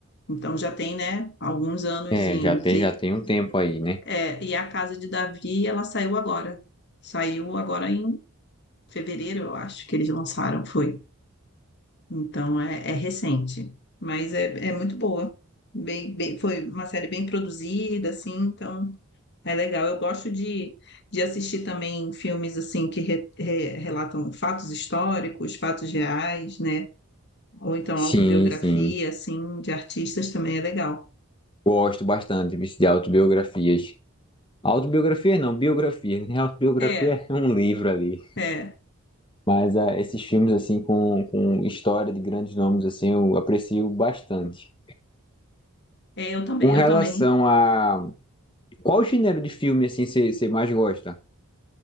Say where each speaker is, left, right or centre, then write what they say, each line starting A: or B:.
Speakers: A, on the left (about 50°); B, on the left (about 20°).
A: Então já tem, né, alguns anozinhos.
B: É, já tem,
A: E,
B: já tem um tempo aí, né?
A: é, e a Casa de Davi, ela saiu agora. Saiu agora em fevereiro, eu acho, que eles lançaram, foi. Então é, é recente. Mas é, é muito boa. Bem, bem- foi uma série bem produzida, assim, então é legal. Eu gosto de, de assistir também filmes, assim, que re- re- relatam fatos históricos, fatos reais, né? Ou então
B: Sim,
A: autobiografia,
B: sim.
A: assim, de artistas também é legal.
B: Gosto bastante vixe, de autobiografias. Autobiografias não, biografia, né? <laughs> Autobiografia
A: É,
B: é um livro ali.
A: é,
B: Mas ah, esses filmes, assim, com, com história de grandes nomes, assim, eu aprecio bastante.
A: é, eu também,
B: Com relação
A: eu também.
B: a... Qual gênero de filme, assim, você mais gosta?